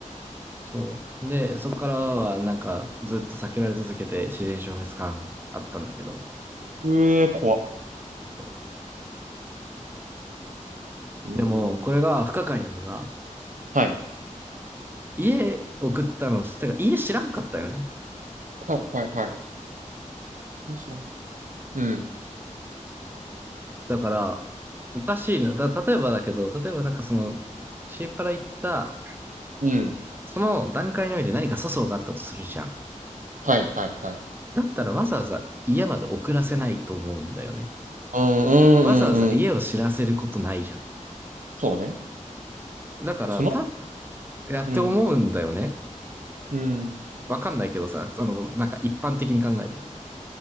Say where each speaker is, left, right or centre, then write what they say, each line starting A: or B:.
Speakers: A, on the right; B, on the right.
A: そう。で、そこからはなんかずっと避けられ続けて自然消滅感あったんだけど。
B: うえ、怖っ。
A: そ
B: うん。
A: うでも、これが不可解なのが、
B: はい。
A: 家送ったの、てか家知らんかったよね。
B: はい、はい、はい。え、知らんか。うん。
A: だから、おかしいな。だ、例えばだけど、例えばなんかその、シーパラ行った
B: うん。
A: その段階において何か粗相があったとするじゃん。
B: はい、はい、はい。
A: だったらわざわざ家まで送らせないと思うんだよね。
B: うん、うん、
A: わざわざ家を知らせることないじゃん。
B: うん、うん。そうね。
A: だから、
B: その
A: た、やって思うんだよね。
B: うん。うん。
A: わかんないけどさ、あの、なんか一般的に考えて。